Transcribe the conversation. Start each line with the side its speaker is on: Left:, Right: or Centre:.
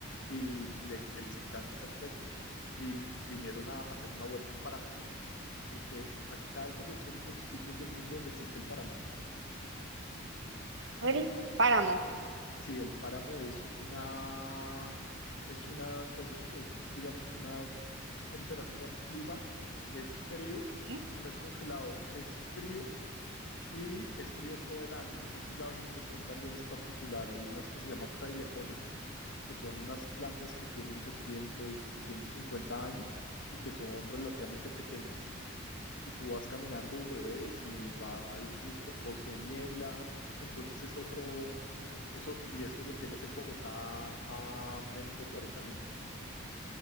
Left: y le, que les encanta hacer trekking y vinieron a hacer una vuelta en páramo, porque acá es de los únicos sitios del mundo donde existe el páramo.
Right: El páramo.
Left: Sí, el páramo es una, es una, es, es, digamos que una temperatura, un clima que es frío,
Right: ¿eh?
Left: no es congelado, es frío y es frío todo el año. Entonces la vegetación también es particular. Hay unas que se llaman frailejones, que son unas plantas que tienen doscientos doscientos cincuenta años y que son relativamente pequeñas y tú vas caminando y lo ves y va, hay un busque- bosque de niebla, entonces es otro, es otro, y eso lo tienes en Bogotá a menos de 40 minutos,